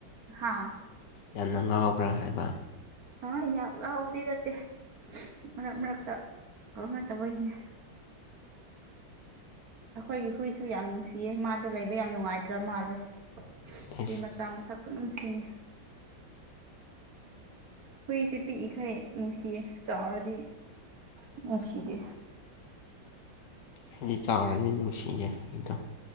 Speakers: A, on the right; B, on the left.
A: ꯍꯥ
B: ꯌꯥꯝꯅ ꯉꯥꯎꯕ꯭ꯔꯥ ꯍꯥꯏꯕ
A: ꯑ ꯌꯥꯝ ꯂꯥꯎꯕꯗꯤ ꯅꯠꯇꯦ ꯃꯔꯛ ꯃꯔꯛꯇ ꯀꯝꯅ ꯇꯧꯧꯕꯩꯅꯦ ꯑꯩꯈꯣꯏꯒꯤ ꯍꯨꯏꯁꯨ ꯌꯥꯝ ꯅꯨꯡꯁꯤꯌꯦ ꯃꯥꯗꯣ ꯂꯩꯕ ꯌꯥꯝ ꯅꯨꯡꯉꯥꯏꯇ꯭ꯔ ꯃꯥꯜꯂꯦ
B: ꯑꯦꯁ
A: ꯑꯩ ꯃꯆꯥ ꯃꯁꯛꯄ ꯅꯨꯡꯁꯤꯅꯤ ꯍꯨꯏꯁꯦ ꯄꯤꯛꯏꯈꯩ ꯅꯨꯡꯁꯤꯌꯦ ꯆꯥꯎꯔꯗꯤ ꯅꯨꯡꯁꯤꯗꯦ
B: ꯍꯥꯏꯗꯤ ꯆꯥꯎꯔꯗꯤ ꯅꯨꯡꯁꯤꯌꯦꯦ ꯑꯗꯨꯗꯣ